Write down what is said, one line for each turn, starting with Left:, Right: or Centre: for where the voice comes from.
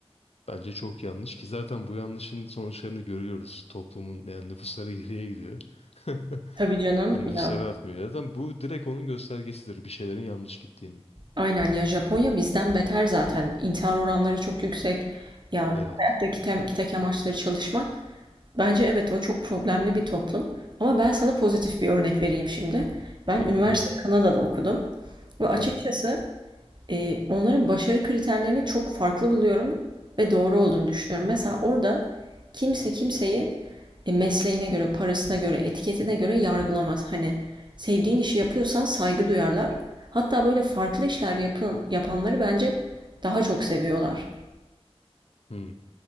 Left: Bence çok yanlış ki zaten bu yanlışın sonuçlarını görüyoruz. Toplumun yani nüfusları geriye gidiyor. <laughs>
Right: Tabii canım
Left: Hani
Right: ya
Left: nüfusları artmıyor. Zaten bu direkt onun göstergesidir bir şeylerin yanlış gittiğinin.
Right: aynen ya Japonya bizden beter zaten. İntihar oranları çok yüksek. Ya
Left: Evet.
Right: hayattaki tem- tek amaçları çalışmak. Bence evet o çok problemli bir toplum. Ama ben sana pozitif bir örnek vereyim şimdi. Ben üniversiteyi
Left: Hı hı.
Right: Kanada'da okudum. Ve açıkçası
Left: Evet.
Right: Eee, onların başarı kriterlerini çok farklı buluyorum ve doğru olduğunu düşünüyorum. Mesela orada kimse kimseyi e, mesleğine göre, parasına göre, etiketine göre yargılamaz. Hani sevdiğin işi yapıyorsan saygı duyarlar. Hatta böyle farklı işler yapın, yapanları bence daha çok seviyorlar.
Left: Hı.